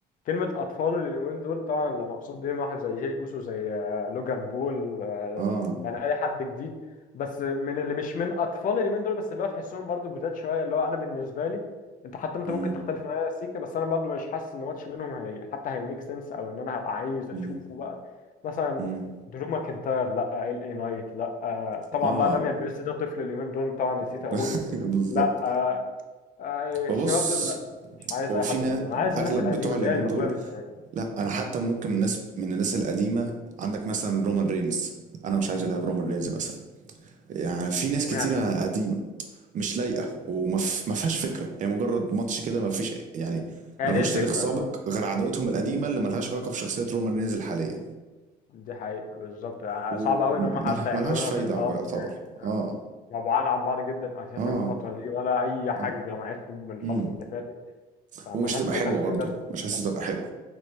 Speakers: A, on the left (about 50°); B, on the right (about 50°).
A: كلمة أطفال اليومين دول طبعا اللي مقصود بيهم واحد زي جاي أوسو زي آه، لوجان بول آه،
B: اه
A: يعني أي حد جديد بس من اللي مش من أطفال اليومين دول بس اللي هو تحسهم برضو جداد شوية اللي هو أنا بالنسبة لي أنت حتى أنت
B: امم
A: ممكن تختلف معايا يا سيكا بس أنا برضو مش حاسس إن ماتش بينهم هي حتى هيميك سنس أو إن أنا هبقى عايز أشوفه
B: امم
A: بقى مثلا
B: امم
A: درو ماكنتاير لا ال اي نايت لا طبعا
B: اه
A: بقى داميان بيرست ده طفل اليومين دول طبعا نسيت
B: <laughs>
A: اقوله
B: بالظبط
A: لا آه، آه، الشباب
B: وبص
A: دول لا مش عايز
B: هو
A: اي
B: فينا
A: حد من دول انا عايز
B: اغلب
A: الناس القديمه
B: بتوع اليومين
A: اللي هي الموجوده
B: دول
A: من زمان
B: لا انا حتى ممكن الناس من الناس القديمه عندك مثلا رومان رينز انا مش عايز
A: امم
B: العب رومان رينز مثلا يعني في ناس
A: اشمعنى
B: كتيرة قديمة مش لايقة وما ف- ما فيهاش فكرة هي مجرد ماتش كده ما فيش يعني
A: هي
B: ملهوش
A: دي الفكره
B: تاريخ سابق
A: اه
B: غير عداوتهم القديمة اللي ملهاش علاقة بشخصية رومان رينز الحالية
A: دي حقيقه بالظبط آه،
B: وملهاش
A: صعب قوي ان هم حتى يعملوا لها
B: فايدة
A: بيلد
B: هو
A: اب
B: يعتبر
A: يعني آه.
B: اه
A: مبعاد عن بعض جدا اساسا
B: اه
A: الفتره دي ولا اي حاجه
B: اه
A: جمعتهم من الفتره
B: امم
A: اللي فاتت فملهاش
B: ومش تبقى
A: اي
B: حلوة
A: 30
B: برضه
A: لازمه
B: مش حاسس
A: بس
B: تبقى حلوة